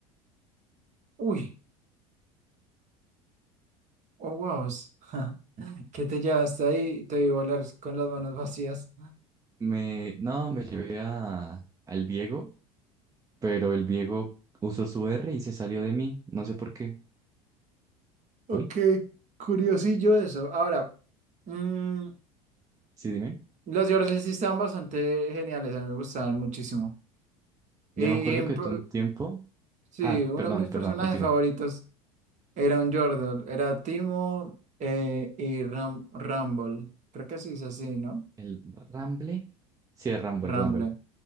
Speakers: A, on the right; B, on the right.
A: uy, oh wow. <laughs> ¿Qué te llevaste ahí? Te vi volar con las manos vacías.
B: Me, no, me llevé a, al Viego, pero el Viego usó su R y se salió de mí, no sé por qué.
A: Ok,
B: ¿Hoy?
A: curiosillo eso. Ahora, mm,
B: Sí, dime.
A: los dioses sí estaban bastante geniales, a mí me gustaban muchísimo. Y,
B: Yo me acuerdo
A: y,
B: que
A: p-
B: tú un tiempo...
A: sí,
B: Ah,
A: uno
B: perdón,
A: de mis
B: perdón,
A: personajes
B: continúa.
A: favoritos era un Yordle, era Timo eh, y Ram Rumble. Creo que se dice así, ¿no?
B: ¿El Ramble? Sí, el Rumble,
A: Rumble.
B: el Rumble.